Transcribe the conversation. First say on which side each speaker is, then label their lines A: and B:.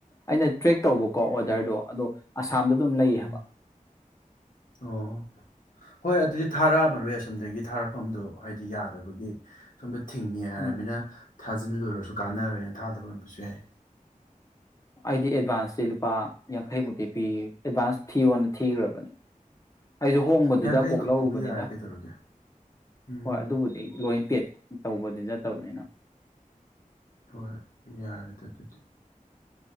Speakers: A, on the left; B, on the left.
A: ꯑꯩꯅ ꯇ꯭ꯔꯦꯛ ꯇꯧꯕꯀꯣ ꯑꯣꯗꯔꯗꯣ ꯑꯗꯣ ꯑ ꯑꯁꯥꯝꯗ ꯑꯗꯨꯝ ꯂꯩꯌꯦꯕ
B: ꯎꯝ ꯑꯣ ꯍꯣꯏ ꯑꯗꯨꯗꯤ ꯊꯥꯔꯛꯑꯃꯔꯣꯏ ꯑꯁꯣꯝꯗꯒꯤ ꯊꯥꯔꯛꯐꯝꯗꯣ ꯍꯥꯏꯗꯤ ꯌꯥꯗꯕꯒꯤ ꯁꯣꯝꯗ ꯊꯤꯡꯉꯦ ꯍꯥꯏꯔꯕꯅꯤꯅ
A: ꯎꯝ
B: ꯊꯥꯖꯤꯜꯂꯨꯔꯁꯨ ꯀꯥꯟꯅꯔꯣꯏꯅ ꯊꯥꯗꯕ ꯑꯣꯏꯔꯝꯕꯁꯨ ꯌꯥꯏ
A: ꯑꯩꯗꯤ ꯑꯦꯗꯚꯥꯟꯁꯇꯦ ꯂꯨꯄꯥ ꯌꯥꯡꯈꯩꯃꯨꯛꯇꯤ ꯄꯤ ꯑꯦꯗꯚꯥꯟꯁ ꯊꯤꯌꯣꯅ ꯊꯤꯈ꯭ꯔꯕꯅꯤ ꯑꯩꯁꯨ ꯍꯣꯡꯕꯗꯨꯗ
B: ꯌꯥꯡꯈꯩ
A: ꯄꯣꯛ
B: ꯈꯛꯇꯕꯨ
A: ꯂꯧꯔꯨꯕꯅꯤꯗ
B: ꯌꯥꯔꯦ ꯀꯩꯗꯧꯔꯒꯦ ꯎꯝ
A: ꯍꯣꯏ ꯑꯗꯨꯕꯨꯗꯤ ꯂꯣꯏ ꯄꯦꯠ ꯇꯧꯕꯗꯤ ꯅꯠꯇꯕꯅꯤꯅ
B: ꯍꯣꯏ ꯌꯥꯔꯦꯗꯤ ꯑꯗꯨꯗꯤ